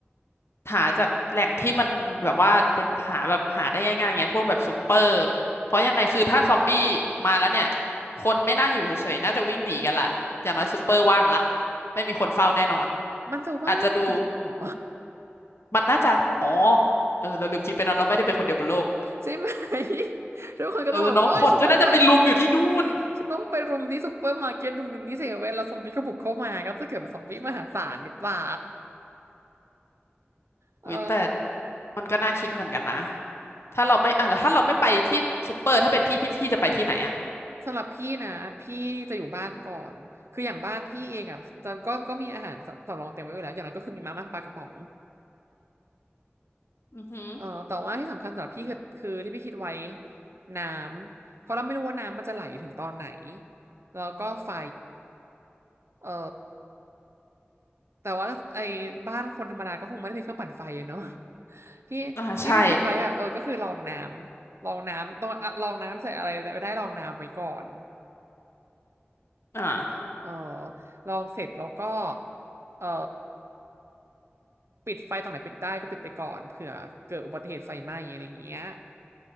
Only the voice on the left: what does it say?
หาจากแหล่งที่มันแบบว่าเป็นหาแบบหาได้ง่ายๆไงพวกแบบซูเปอร์เพราะยังไงคือถ้าซอมบี้มาแล้วเนี่ยคนไม่น่าอยู่เฉยๆน่าจะวิ่งหนีกันละอย่างน้อยซูเปอร์ว่างละไม่มีคนเฝ้าแน่นอน
อาจจะดูมันน่าจะอ๋อเออเราลืมคิดไปเนอะเราไม่ได้เป็นคนเดียวบนโลก
เออเนาะคนก็น่าจะไปลุมอยู่ที่นู่น
อุ้ยแต่มันก็น่าคิดเหมือนกันนะถ้าเราไม่อ่ะแล้วถ้าเราไม่ไปที่ซูเปอร์ถ้าเป็นพี่พี่พี่จะไปที่ไหนอะ
อือหือ
อ่าใช่ อ่า